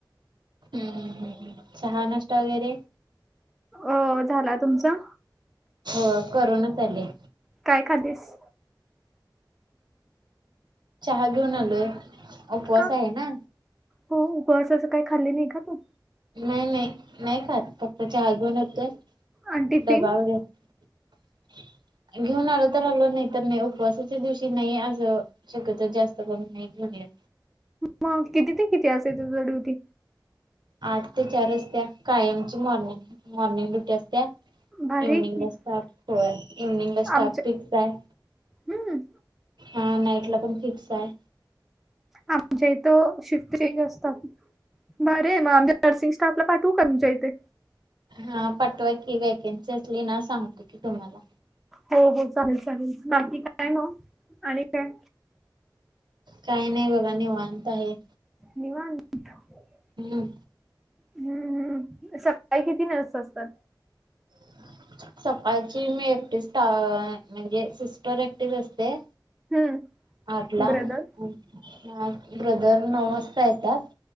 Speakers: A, on the right; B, in the centre.
A: हम्म हम् हम्म हम चहा नाष्टा वगैरे
B: अ झाला तुमचा
A: हो करूनच आले.
B: काय खातीस?
A: चहा घेऊन आलोय. उपवास
B: का
A: आहे ना.
B: हो उपवासाच काही खाल्ली नाही का तू?
A: नाही नाही. नाही खात फक्त चहा घेऊन येतोय.
B: आणि टिफिन
A: डबा वगैरे घेऊन आलो तर आलो नाही तर नाही उपवासाच्या दिवशी नाही असं शक्यतो जास्त करून नाही घेऊन येत.
B: मग किती ते किती असतय तुझं ड्युटी?
A: आठ ते चार असत्या कायमची मॉर्निंग मॉर्निंग ड्युटी असत्या.
B: भारी
A: इव्हनिंगला
B: आहे की
A: स्टाफ होय, इव्हनिंगला स्टाफ
B: आमच्या
A: फिक्स आहे.
B: हम्म
A: हा नाईट ला पण फिक्स आहे.
B: आमच्या इथं शिफ्ट चेंज असतात. भारी आहे मग, आमच्या नर्सिंग स्टाफला पाठवू का तुमच्या इथे?
A: हा पाठवाकी व्हेकन्सी असली ना सांगतो की तुम्हाला.
B: हो हो चालेल चालेल बाकी काय हो आणि काय.
A: काही नाही बघा निवांत आहे.
B: निवांत. <inaudible>
A: हम्म!
B: हम्म हम्म सकाळी किती नर्स असतात?
A: <inaudible> सकाळची मी एकटीच टा म्हणजे सिस्टर एकटीच असते.
B: हम्म!
A: आठला
B: ब्रदर
A: मग ब्रदर नऊ वाजता येतात.